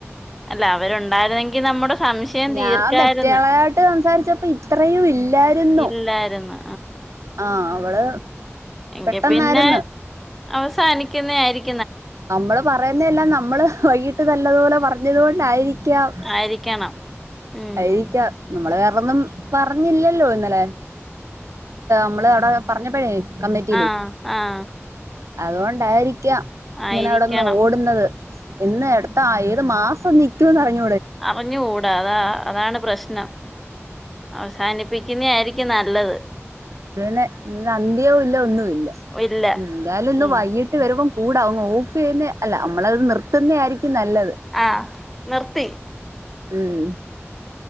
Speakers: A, in the centre; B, on the right.
A: അല്ല അവരൊണ്ടായിരുന്നെങ്കിൽ നമ്മുടെ സംശയം
B: ഞാ
A: തീർക്കായിരുന്നു
B: മറ്റയാളായിട്ട് സംസാരിച്ചപ്പോ ഇത്രയും ഇല്ലാരുന്നു
A: ഇല്ലായിരുന്നു
B: ആ അവള്
A: എങ്ക
B: പെട്ടെന്നായിരുന്നു
A: പിന്നെ അവസാനിക്കുന്ന ആായിരിക്കും
B: നമ്മള് പറയുന്നതെല്ലാം നമ്മള് വൈകീട്ട് നല്ലതുപോലെ പറഞ്ഞത് കൊണ്ടായിരിക്കും
A: ആയിരിക്കണം ഉം
B: ആരിക്ക നമ്മള അതൊന്നും പറഞ്ഞില്ലല്ലോ ഇന്നലെ നമ്മള് അവിടെ പറഞ്ഞപ്പോഴേ കമ്മിറ്റിയില്
A: ആഹ ആഹ
B: അതുകൊണ്ടായിരിക്കാം
A: ആയിരിക്കണം
B: ഇങ്ങനെ അവിടന്ന് ഓടുന്നത് ഇന്ന് എടുത്ത ഏത് മാസം നിക്കക്ക പറഞ്ഞ
A: അവഞ്ഞ ഓട അതാ അതാണ് പ്രശ്നം അവസാനിപ്പിക്കുന്ന ആായിരിക്കും നല്ലത്
B: ഇതെ ഇ അന്ത്യവും ഇല്ല ഒന്നുമ ഇല്ല
A: ഇല്ല
B: എന്തായാലും ഇന്ന്
A: ഉം
B: വൈകിട്ട് വരുമ്പോം കൂടങ് ഓഫ് ചെയ്യുന്നേ അല്ല നമ്മളത് നിർത്തുന്നത ആയിരിക്കും നല്ലത്
A: ആഹ നിർത്തി
B: ഉം